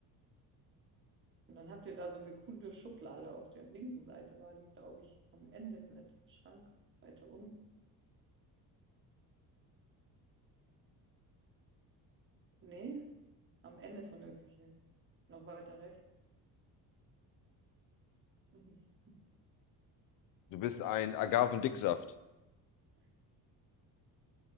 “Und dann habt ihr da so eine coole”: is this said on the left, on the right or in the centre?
Right